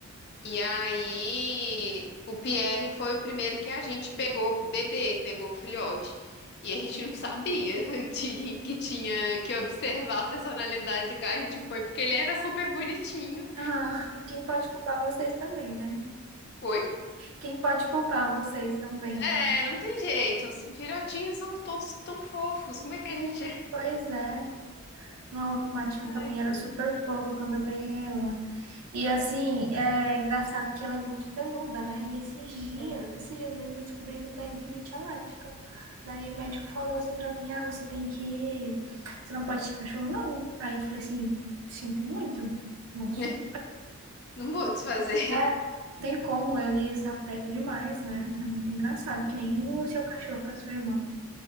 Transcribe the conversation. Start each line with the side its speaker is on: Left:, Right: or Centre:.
Left: E aí, o Pierre foi o primeiro que a gente pegou bebê, pegou filhote. E a gente não sabia <laughs> ti- que tinha que observar a personalidade do cara. A gente foi porque ele era super bonitinho.
Right: Ah, e quem pode culpar vocês também, né?
Left: Oi?
Right: Quem pode culpar vocês também?
Left: É, não tem jeito. Os filhotinhos são todos tão fofos. Como é que a gente. <laughs>
Right: Pois é. Não, a Matilda
Left: Ai,
Right: também era
Left: gente.
Right: super fofa quando eu peguei ela. E assim, é engraçado que ela é muito peluda, né? E esses dias,
Left: Uhum.
Right: esses dias mesmo eu descobri que eu tenho rinite alérgica. Daí o médico falou assim pra mim, ah, você tem que... Você não pode ter cachorro, não. Aí eu falei assim, sinto muito, moço.
Left: <laughs> Não vou desfazer. <laughs>
Right: É, não tem como, eles apegam demais, né? É muito engraçado, que nem o seu cachorro com a sua irmã.